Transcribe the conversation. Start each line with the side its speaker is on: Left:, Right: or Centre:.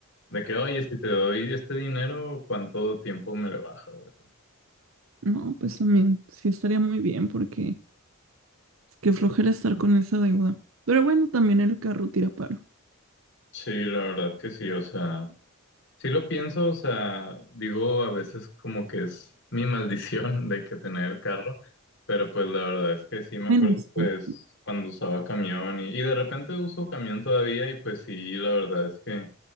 Left: de que, oye, si te doy este dinero, ¿cuánto tiempo me lo baja o así?
Right: No, pues también sí estaría muy bien porque qué flojera estar con esa deuda. Pero bueno, también el carro tira paro.
Left: Sí, la verdad que sí, o sea. Sí lo pienso, o sea, digo a veces como que es mi maldición de que tener el carro, pero pues la verdad es que sí me
Right: Buen
Left: acuerdo
Right: descuento.
Left: pues cuando usaba camión y, y de repente uso camión todavía y pues sí, la verdad es que